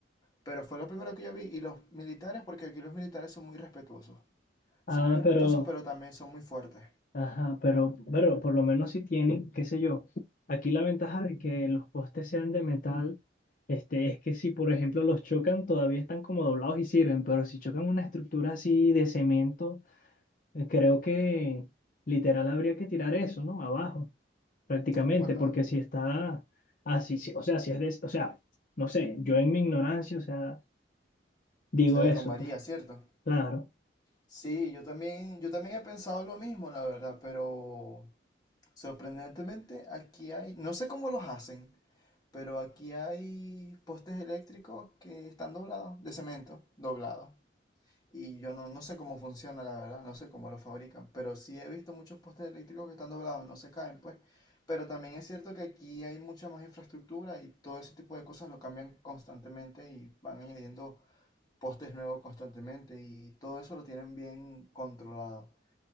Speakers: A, on the left; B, on the left.
A: Pero fue lo primero que yo vi, y los militares, porque aquí los militares son muy respetuosos,
B: Ah,
A: son muy respetuosos,
B: pero
A: pero también son muy fuertes.
B: Ajá, pero, pero por lo menos si tienen, qué sé yo, aquí la ventaja de que los postes sean de metal, este, es que si por ejemplo los chocan, todavía están como doblados y sirven, pero si chocan una estructura así de cemento, eh, creo que literal habría que tirar eso, ¿no? Abajo, prácticamente,
A: Bueno,
B: porque si está así, si- o sea, si es de, o sea, no sé, yo en mi ignorancia, o sea, digo
A: se derrumbaría,
B: eso, pues,
A: ¿cierto?
B: claro.
A: Sí, yo también, yo también he pensado lo mismo, la verdad, pero Sorprendentemente, aquí hay, no sé cómo los hacen, pero aquí hay postes eléctricos que están doblados, de cemento, doblados. Y yo no, no sé cómo funciona, la verdad, no sé cómo los fabrican, pero sí he visto muchos postes eléctricos que están doblados, no se caen, pues. Pero también es cierto que aquí hay mucha más infraestructura y todo ese tipo de cosas lo cambian constantemente y van añadiendo postes nuevos constantemente y todo eso lo tienen bien controlado.